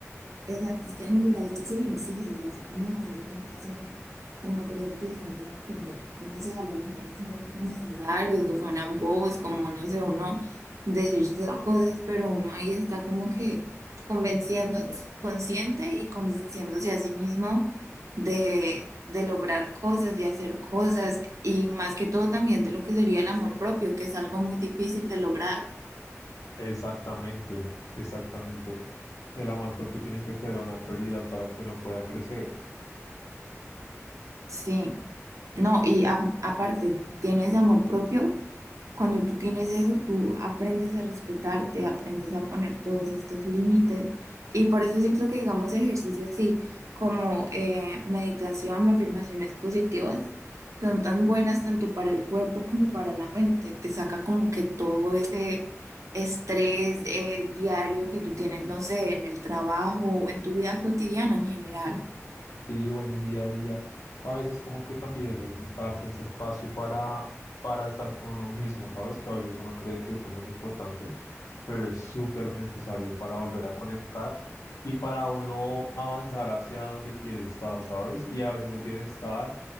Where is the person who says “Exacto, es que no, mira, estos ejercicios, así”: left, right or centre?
Right